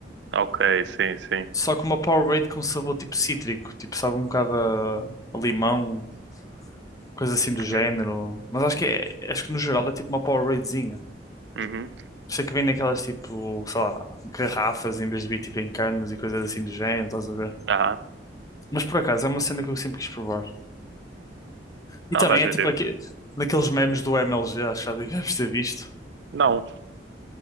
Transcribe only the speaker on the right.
Ok, sim, sim.
Uhum.
Uhum.
Aham.
Não,
estás
a
ver.
Não,